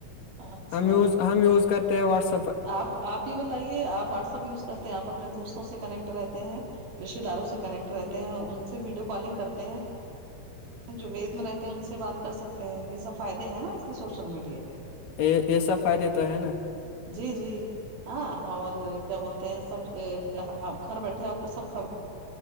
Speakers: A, on the right; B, on the left.
A: اچھا
B: ہم یوز ہم یوز کرتے ہیں واٹسپ
A: آپ آپ ہی بتائیے آپ واٹسپ یوز کرتے ہیں آپ اپنے دوستوں سے کنیکٹ رہتے ہیں رشتے داروں سے کنیکٹ رہتے ہیں ان سے ویڈیو کالنگ کرتے ہیں جو وید میں رہتے ہیں ان سے بات کر سکتے ہیں یہ سب فائدے ہیں نا اس کی سوشل میڈیا کے
B: یہ یہ سب فائدے تو ہے نا
A: جی جی ہاں اور کیا بولتے ہیں سب گھر بیٹھے آپ کو سب خبر